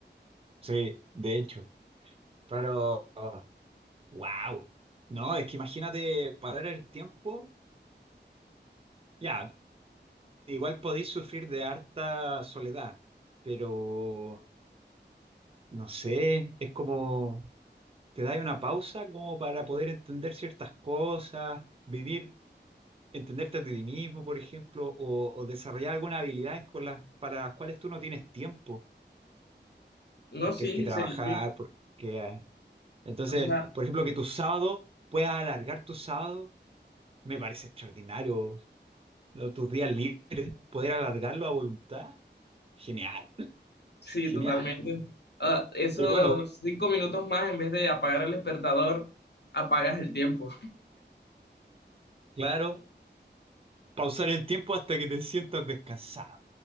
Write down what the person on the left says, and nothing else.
No,
sí,
sería,
o sea,
sí,
totalmente. Ah, esos
cinco minutos más, en vez de apagar el despertador, apagas el tiempo.